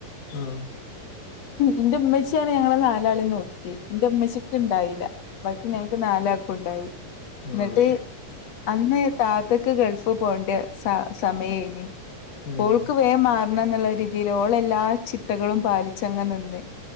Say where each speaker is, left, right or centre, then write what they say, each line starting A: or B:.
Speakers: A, on the left (about 80°); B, on the left (about 60°).
A: ആഹ്
B: ഇന്റെ ഇമ്മച്ചിയാണ് ഞങ്ങളെ നാലാളെയും നോക്കിയത് ഇന്റെ ഇമ്മച്ചിക്ക് ഇണ്ടായിലാ ബാക്കി ഞങ്ങക്ക് നാലക്കും ഉണ്ടായി
A: ഉം
B: ന്നിട്ട് അന്ന് താത്തക്ക് ഗൾഫ് പോകേണ്ട സ സമയേനി
A: ഉം
B: ഓൾക്ക് വേം മാറണംന്നുള്ള രീതിയില് ഓളെല്ലാ ചിട്ടകളും പാലിച്ചങ്ങ നിന്ന്